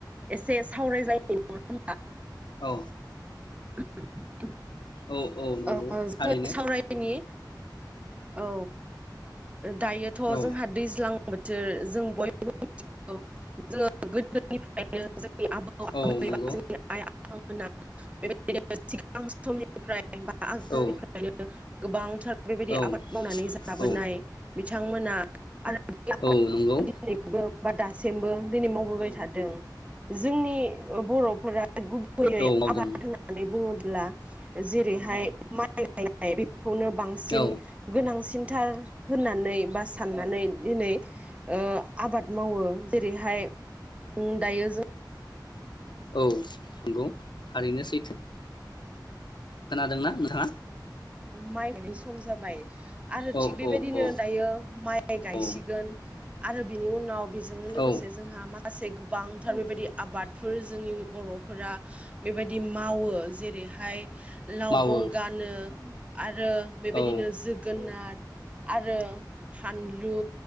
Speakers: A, on the right; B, on the left.
A: एसे सावराय जायनि नङा होनबा।
B: औ
A: <unintelligible>
B: औ औ नंगौ
A: ओ जोङो
B: थारैनो
A: सावरायनि औ दायोथ'
B: औ
A: जोंहा दैज्लां बोथोर जों बयबो मिथिगौ जोङो गोदोनिफ्रायनो जों <unintelligible>
B: औ नंगौ
A: सिगां समनिफ्राय आगोलनिफ्रायनो
B: औ
A: गोबांथार बेबायदि
B: औ
A: आबाद मावनानै जाबोनाय
B: औ
A: बिथां मोना <unintelligible>
B: औ नंगौ
A: सिम बो दिनै मावबोबाय थादों जोंनि बरफोरा गुबैयै
B: औ मावदों
A: आबाद होननानै बुङोबा <unintelligible> जेरैहाय माइ गायनाय बेखौनो बांसिन
B: औ
A: गोनांसिन थार होननानै बा साननानै दिनै ओ आबाद मावो जेरैहाय दायो जों
B: औ नंगौ थारैनो सैथो खोनादोंना नोंथाङा?
A: माइ गायनाय सम जाबाय। आरो
B: औ
A: थिग बेबायदिनो
B: औ औ
A: दायो माइ गायसिगोन।
B: औ
A: आरो बिनि उनाव बेजोंनो लोगोसे
B: औ
A: जोंहा मा खासे गोबांथार बेबायदि आबादफोर जोंनि बर'फोरा बेबायदि मावो जेरैहाय लावबं
B: मावो
A: गानो आरो बेबायदिनो
B: औ
A: जोगोनार आरो फानलु